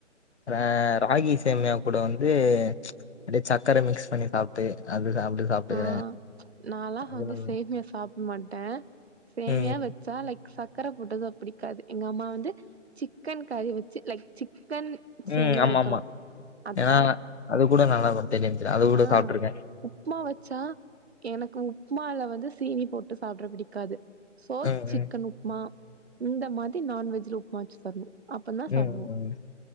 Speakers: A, on the left; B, on the right.
A: ஆ ராகி சேமியா கூட வந்து அப்டியே சக்கர மிக்ஸ் பண்ணி சாப் ட்டு அது சாப்ட்டு சாப்ட்டுக்கிறே
B: ஆ நாலா
A: அது வந்து
B: சேமியா சாப்ட மாட்டே சேமியா
A: ம்
B: வச்சா லைக் சக்கர போட்டதா புடிக்காது எங்க அம்மா வந்து சிக்கன் கறி வெச்சு லைக் சிக்கன் சேமிய
A: ம் ஆமா
B: வெக்கணு
A: ஆமா
B: அதா
A: ஏன்னா அது கூட நல்லா கொஞ்ச தெரியு நெனைக்கிறே அது கூட
B: ஆ
A: சாப்ட்ருக்கே
B: உப்மா வச்சா எனக்கு உப்மால வந்து சீனி போட்டு சாப்ட புடிக்காது சோ
A: ம்
B: சிக்கன்
A: ம்
B: உப்மா இந்த மாதிரி நான்வெஜ்ல உப்மா வெச்சு தரணு அப்ப தா சாப்டுவோ
A: ம் ம்